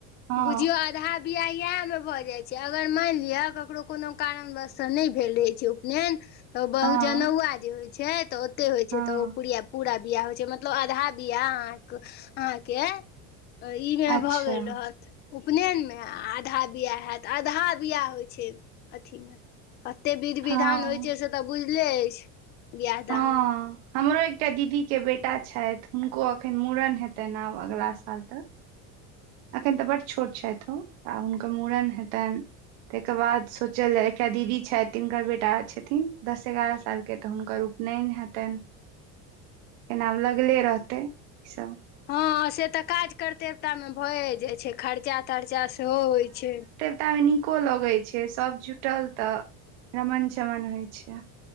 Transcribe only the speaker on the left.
बुझियौ आधा बियाह इएहमे भऽ जाइ छै अगर मानि लिअ ककरो कोनो कारण वसस नहि भेल रहै छै उपनयन तऽ बहु
जनौआ जे होइ छै तऽ ओते होइ
छै तऽ ओ पूरिया पूरा बिआह होइ छै मतलब आधा बिआह अहाँके अहाँके आ ई ने
भ गेल रहत उपनेयनमे आ आधा बियाह हएत आधा बआाह होइ छै अथिमे कते विध
विधान होइत छै से तऽ बुझले अछि बियाह
दानमे
हँ से तऽ काज करते एतय मे भए जाइत छै खर्चा तर्चा सेहो होइ छै